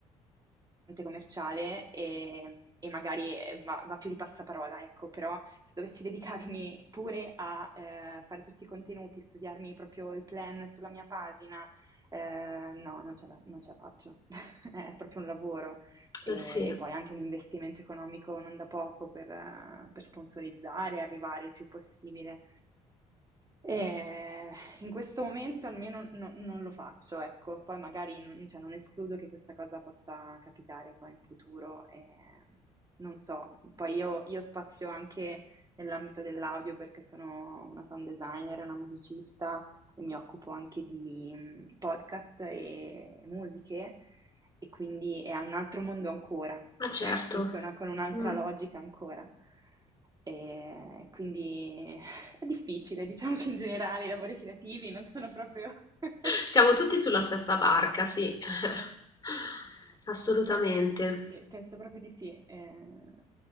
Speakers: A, on the right; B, on the left.
A: commerciale, ehm, e magari, ehm, va va più di passaparola, ecco, però se dovessi dedicarmi pure a, ehm, fare tutti i contenuti, studiarmi proprio il plan sulla mia pagina, ehm, no, non ce la non ce la faccio. <laughs> È proprio un lavoro e
B: Eh sì,
A: e poi anche un investimento economico non da poco per eh, per sponsorizzare, arrivare il più possibile. Ehm in questo momento almeno no- non lo faccio, ecco, poi magari non, cioè, non escludo che questa cosa possa capitare poi in futuro, ehm, non so, poi io, io spazio anche nell'ambito dell'audio perché sono una sound designer, una musicista e mi occupo anche di mm, podcast e musiche e quindi è un altro mondo ancora,
B: ma certo.
A: <laughs> funziona con un'altra
B: Mm.
A: logica ancora. E quindi è difficile, diciamo che in generale i lavori creativi non sono proprio... <laughs>
B: Siamo tutti sulla stessa barca, sì. <laughs> Assolutamente.
A: Sì, penso proprio di sì, eh,